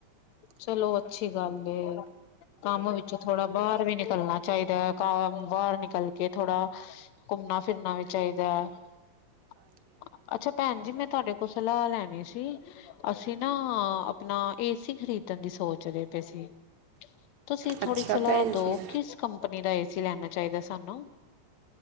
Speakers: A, on the left (about 75°); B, on the right (about 75°).
A: ਚਲੋ ਅੱਛੀ ਗੱਲ ਏ ਕੰਮ ਵਿੱਚੋਂ ਥੋੜਾ ਬਾਹਰ ਵੀ ਨਿਕਲਣਾ ਚਾਹੀਦਾ। ਕਾਰ ਬਾਹਰ ਨਿਕਲ ਕੇ ਥੋੜਾ ਘੁੰਮਣਾ ਫਿਰਨਾ ਵੀ ਚਾਹੀਦਾ ਹੈ। ਅ ਅਛ ਅੱਛਾ ਭੈਣ ਜੀ ਮੈਂ ਤੁਹਾਡੇ ਕੋਲੋਂ ਸਲਾਹ ਲੈਣੀ ਸੀ। ਅਸੀਂ ਨਾ ਆਪਣਾ ਏਸੀ ਖਰੀਦ ਖਰੀਦਣ ਦੀ ਸੋਚ ਰਹੇ ਪਏ ਸੀ ਤੁਸੀਂ
B: ਅੱਛਾ
A: ਥੋੜੀ ਸਲਾਹ
B: ਭੈਣ
A: ਦੋ
B: ਜੀ
A: ਕਿਸ ਕੰਪਨੀ ਦਾ ਏਸੀ ਲੈਣਾ ਚਾਹੀਦਾ ਸਾਨੂੰ